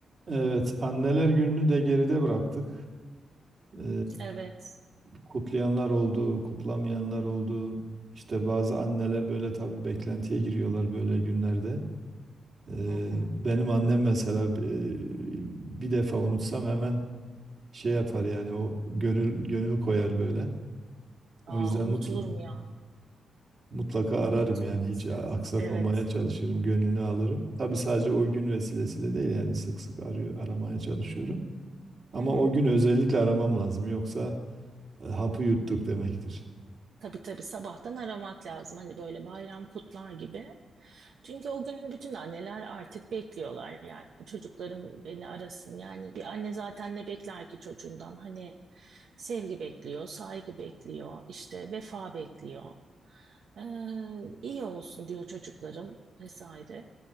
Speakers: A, on the right; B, on the right.
A: Evet, Anneler Günü'nü de geride bıraktık. Ee,
B: Evet.
A: kutlayanlar oldu, kutlamayanlar oldu. İşte bazı anneler böyle tabii beklentiye giriyorlar böyle günlerde. Ee,
B: Hı hı.
A: benim annem mesela e, bir defa unutsam hemen şey yapar yani o gönül gönül koyar böyle. O
B: Aa,
A: yüzden
B: unutulur
A: mutl-
B: mu ya?
A: mutlaka ararım
B: Unutulmaz
A: yani hiç aksatmamaya
B: lazım. Evet.
A: çalışırım, gönlünü alırım. Tabii sadece o gün vesilesiyle değil yani sık sık arıyor, aramaya çalışıyorum. Ama
B: Hı hı.
A: o gün özellikle aramam lazım yoksa E, Hapı yuttuk demektir.
B: Tabii tabii sabahtan aramak lazım. Hani böyle bayram kutlar gibi. Çünkü o gün bütün anneler artık bekliyorlar yani. Çocuklarım beni arasın. Yani bir anne zaten ne bekler ki çocuğundan? Hani sevgi bekliyor, saygı bekliyor, işte vefa bekliyor. Ee, iyi olsun diyor çocuklarım vesaire.